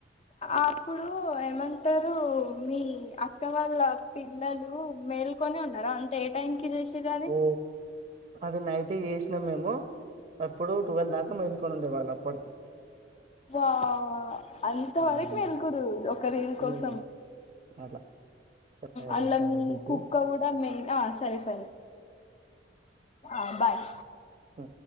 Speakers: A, on the left; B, on the right.
A: అప్పుడు ఏమంటారు మీ అక్క వాళ్ళ పిల్లలు మేల్కొనే ఉన్నారా అంటే ఏ టైం కి చేషిర్రవి
B: ఓ అది నైటే చేషిన మేము అప్పుడు టువల్ దాకా మేల్కొని ఉండేవాళ్ళ్ అప్పడికి
A: వా అంత
B: ఉమ్,
A: వరకు మేల్కురు ఒక రీల్ కోసం
B: ఉమ్, అట్లా సరే
A: అందులో
B: సరే
A: మీ
B: దీపు
A: కుక్క గుడ మెయిన్ ఆ సరే సరే ఆ బాయ్
B: ఉ